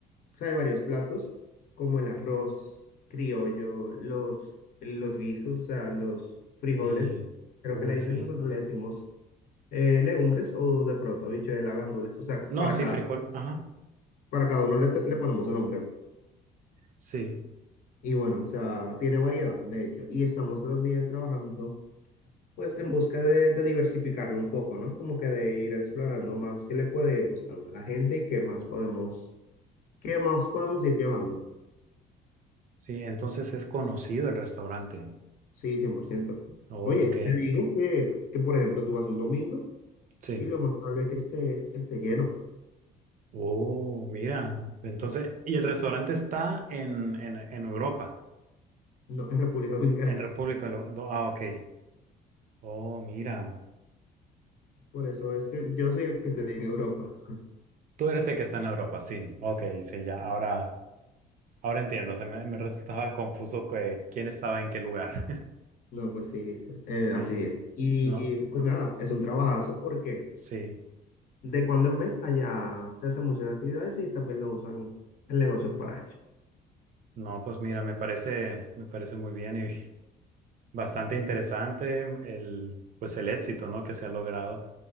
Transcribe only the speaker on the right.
Sí.
Uy,
sí.
No,
sí,
frijol. Ajá.
Sí.
Sí, entonces es conocido el restaurante.
Ok.
Sí.
Oh, mira. Entonces, y el restaurante está en, en, en Europa,
en República. Lo- lo- Ah, ok. Oh, mira.
Tú eres el que está en Europa, sí. Ok, sí, ya. Ahora, ahora entiendo. Se me, me resultaba confuso que, quién estaba en qué lugar. <laughs>
Sí,
no,
sí.
No, pues mira, me parece, me parece muy bien y bastante interesante el, pues el éxito, ¿no? que se ha logrado.